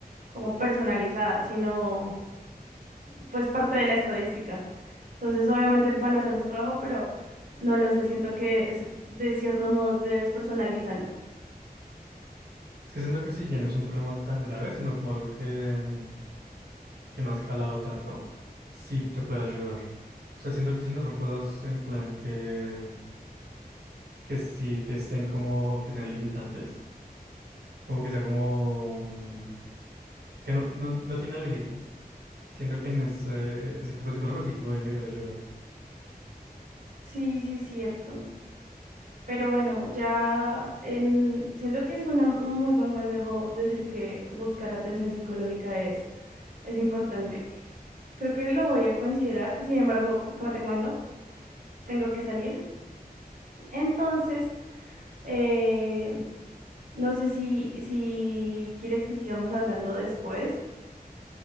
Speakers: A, on the right (about 55°); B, on the right (about 85°).
A: como personalizada, sino pues parte de la estadística. Entonces, obviamente van a hacer su trabajo, pero no lo sé, siento que es- de cierto modo te despersonalizan.
B: que siento que si ya no es un problema tan grave, sino como algo que, mm, que no ha escalado tanto, sí te puede ayudar. O sea, siento que si no son cosas en plan que que sí te estén como, que sean limitantes, como que sea como, mm, que no, no, no te inhabiliten. Siento que en ese, ese tipo de psicólogos sí te pueden llegar a ayudar.
A: Sí, sí, es cierto. Pero bueno, ya en... siento que es una- un muy buen consejo decir que buscar atención psicológica es, es importante. Creo que lo voy a considerar. Sin embargo, como te comento, tengo que salir. Entonces... Eh, no sé si, si quieres que sigamos hablando después.